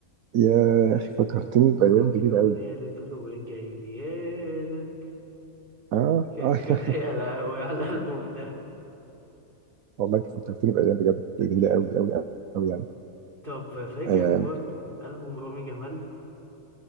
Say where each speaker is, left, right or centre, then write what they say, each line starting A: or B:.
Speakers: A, on the right; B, on the right.
A: يا أخي فكرتني
B: و...
A: بأيام
B: وكان في
A: جميلة
B: أغنية
A: أوي
B: اللي تقول وجايالك
A: آه
B: ج-
A: آه
B: ج-
A: <laughs>
B: <laughs> يا لهوي على الألبوم ده
A: والله أنت فكرتني بأيام بجد جميلة أوي أوي أوي يعني
B: طب فاكر
A: آه
B: برضو ألبوم رامي جمال